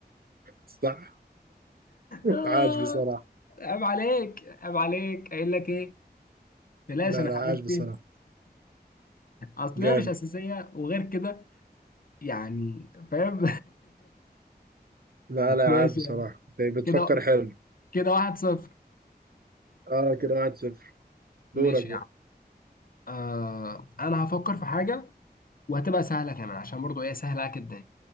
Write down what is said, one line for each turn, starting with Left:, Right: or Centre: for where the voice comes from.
Right: صح
Left: آه،
Right: عاش بصراحه
Left: <laughs> عيب عليك عيب عليك قايل لك ايه بلاش
Right: لا
Left: انا
Right: لا
Left: عارف
Right: عاش بصراحة
Left: فين اصلها
Right: جامد
Left: مش اساسية وغير كده يعني فاهم
Right: لا
Left: <laughs>
Right: لا
Left: ماشي
Right: عاش بصراحة
Left: يعني
Right: انت بتفكر
Left: كده
Right: حلو
Left: كده واحد صفر
Right: اه كده واحد صفر دورك
Left: ماشي
Right: بقى
Left: يعني آه... انا هفكر في حاجة وهتبقى سهلة كمان عشان برضو ايه سهلة جدا